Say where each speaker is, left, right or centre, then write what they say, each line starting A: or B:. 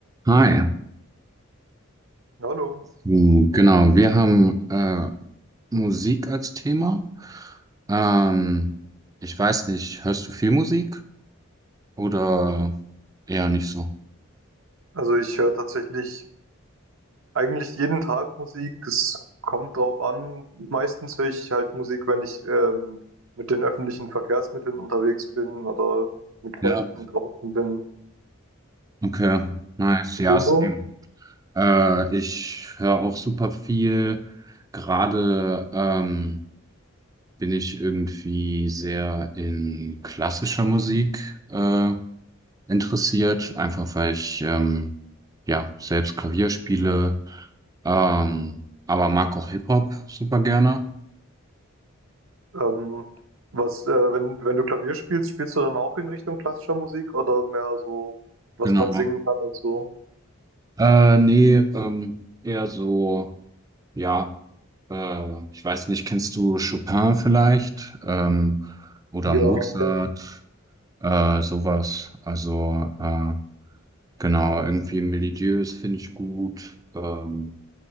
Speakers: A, on the right; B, on the right.
A: Hi,
B: Hallo.
A: Hm, genau, wir haben äh, Musik als Thema. Ähm, ich weiß nicht, hörst du viel Musik oder eher nicht so?
B: Also ich höre tatsächlich eigentlich jeden Tag Musik. Es kommt drauf an. Meistens höre ich halt Musik, wenn ich ähm, mit den öffentlichen Verkehrsmitteln unterwegs bin oder mit
A: Ja,
B: Freunden draußen bin.
A: okay, nice,
B: Und
A: ja,
B: du
A: same.
B: so?
A: Äh, ich höre auch super viel. Gerade ähm, bin ich irgendwie sehr in klassischer Musik äh, interessiert, einfach weil ich ähm, ja selbst Klavier spiele. Ähm, aber mag auch Hip-Hop super gerne.
B: Ähm, was, äh, wenn, wenn du Klavier spielst, spielst du dann auch in Richtung klassischer Musik oder mehr so, was
A: Genau.
B: man singen kann und so?
A: Äh, nee, ähm, eher so, ja, äh, ich weiß nicht, kennst du Chopin vielleicht? Ähm, oder
B: Ja,
A: Mozart,
B: kenn-
A: äh, sowas. Also, äh, genau, irgendwie melodiös finde ich gut. Ähm,